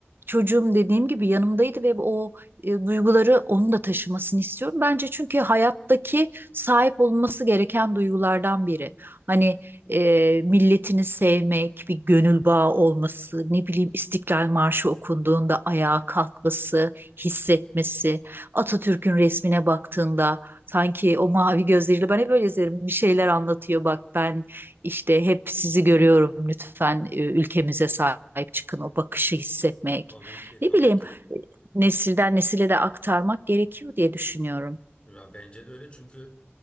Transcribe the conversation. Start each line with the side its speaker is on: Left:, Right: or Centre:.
Right: çocuğum dediğim gibi yanımdaydı ve o e, duyguları onun da taşımasını istiyorum. Bence çünkü hayattaki sahip olması gereken duygulardan biri. Hani e, milletini sevmek, bir gönül bağı olması, ne bileyim İstiklal Marşı okunduğunda ayağa kalkması, hissetmesi, Atatürk'ün resmine baktığında Sanki o mavi gözleriyle ben hep öyle izlerim. Bir şeyler anlatıyor. Bak ben işte hep sizi görüyorum. Lütfen e, ülkemize sahip çıkın. O bakışı hissetmek.
Left: Tabii ki, tabii
Right: Ne bileyim
Left: ki.
Right: e, nesilden nesile de aktarmak gerekiyor diye düşünüyorum.
Left: Ya bence de öyle çünkü